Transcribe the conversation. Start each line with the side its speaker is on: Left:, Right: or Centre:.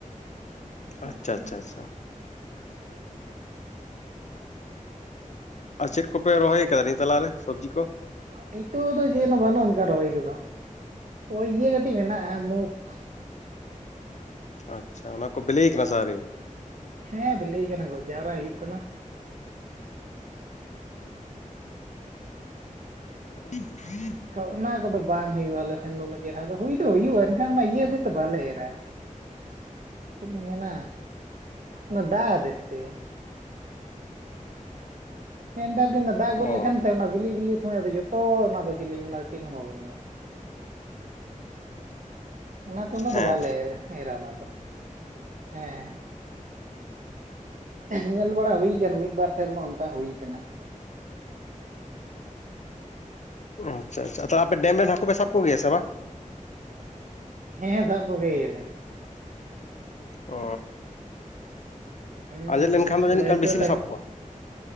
Right: <unintelligible>
Left: ᱟᱪᱪᱷᱟ ᱟᱪᱪᱷᱟ ᱟᱪᱪᱷᱟ
Right: <unintelligible>
Left: ᱟᱨ ᱪᱮᱫ ᱠᱚᱯᱮ ᱨᱚᱦᱚᱭ ᱠᱟᱫᱟ ᱱᱤᱭᱟᱹ ᱛᱟᱞᱟᱨᱮ ᱥᱚᱵᱽᱡᱤ ᱠᱚ?
Right: ᱱᱤᱛᱚᱜ ᱫᱚ ᱪᱮᱫ ᱦᱚᱸ ᱵᱟᱹᱱᱩᱜ ᱚᱱᱠᱟ ᱨᱚᱦᱚᱭ ᱠᱚᱫᱚ, ᱛᱚ ᱤᱭᱟᱹ ᱠᱟᱹᱴᱤᱡ ᱢᱮᱱᱟᱜ-ᱟ ᱢᱩᱠᱷ᱾
Left: ᱟᱪᱪᱷᱟ, ᱚᱱᱟ ᱠᱚ ᱵᱤᱞᱤᱭ ᱠᱟᱱᱟ ᱥᱮ ᱟᱹᱣᱨᱤ?
Right: ᱦᱮᱸ ᱵᱤᱞᱤ ᱠᱟᱱᱟ ᱜᱚᱡ ᱡᱟᱣᱨᱟ ᱦᱩᱭᱩᱜ ᱠᱟᱱᱟ᱾
Left: <inaudible>
Right: ᱚᱱᱟ ᱠᱚᱫᱚ ᱵᱟᱝ ᱦᱩᱭᱩᱜᱼᱟ ᱟᱞᱮ ᱥᱮᱱ ᱫᱚ ᱩᱱᱟᱹᱜ ᱪᱮᱦᱨᱟ ᱫᱚ ᱦᱩᱭ ᱫᱚ ᱦᱩᱭᱩᱜᱼᱟ ᱮᱱᱠᱷᱟᱱ ᱚᱱᱟ ᱤᱭᱟᱹ ᱦᱚᱛᱮᱡ ᱫᱚ ᱵᱟᱞᱮ ᱮᱨᱟ᱾
Left: <inaudible>
Right: ᱪᱮᱫ ᱞᱤᱧ ᱢᱮᱱᱟ ᱚᱱᱟ ᱫᱟᱜ ᱦᱚᱛᱮᱫ ᱛᱮ᱾ ᱦᱮᱸᱦ ᱱᱮᱛᱟᱨ ᱫᱤᱱ ᱫᱚ ᱫᱟᱜ
Left: ᱚ
Right: ᱜᱚᱫ ᱞᱮᱠᱷᱟᱱ ᱥᱮ ᱚᱱᱟ ᱵᱤᱞᱤᱜ ᱵᱤᱞᱤᱜ ᱥᱚᱢᱚᱭ ᱫᱚ ᱟᱫᱚ ᱡᱷᱚᱛᱚ ᱚᱱᱟ ᱫᱚ ᱪᱮᱫ ᱞᱤᱧ ᱢᱮᱱᱟ ᱚᱱᱟᱫᱚ ᱪᱮᱫ ᱦᱚᱸ ᱵᱟᱵᱮᱱ ᱧᱟᱢᱟ᱾ ᱚᱱᱟᱛᱮ ᱚᱱᱟ
Left: ᱦᱮᱸ
Right: ᱫᱚ ᱵᱟᱞᱮ ᱮᱨᱟ ᱮᱨᱟ ᱚᱱᱟ ᱫᱚ ᱦᱮᱸᱼᱼ ᱧᱮᱞ ᱵᱟᱲᱟ ᱦᱩᱭ ᱠᱟᱱᱟ ᱢᱤᱫ ᱵᱟᱨ ᱥᱮᱨᱢᱟ ᱚᱱᱠᱟ ᱦᱩᱭ ᱠᱟᱱᱟ᱾
Left: ᱟᱪᱪᱷᱟ ᱟᱪᱪᱷᱟ ᱛᱟᱦᱚᱞᱮ ᱟᱯᱮ ᱰᱮᱢ ᱨᱮᱱ ᱦᱟᱹᱠᱩ ᱯᱮ ᱥᱟᱵ ᱠᱚᱜᱮᱭᱟ ᱥᱮ ᱵᱟᱝ?
Right: ᱦᱮᱸ ᱦᱮᱸ ᱥᱚᱵ ᱠᱚᱜᱮ ᱜᱮᱭᱟᱞᱮ᱾
Left: ᱚ
Right: ᱦᱩᱸ
Left: ᱟᱸᱡᱮᱫ ᱞᱮᱱᱠᱷᱟᱱ ᱫᱚ
Right: ᱞᱟᱹᱣᱠᱟᱹ
Left: ᱡᱟᱹᱱᱤᱡ ᱠᱷᱟᱱ ᱵᱮᱥᱤ ᱯᱮ ᱥᱟᱵ ᱠᱚᱣᱟ?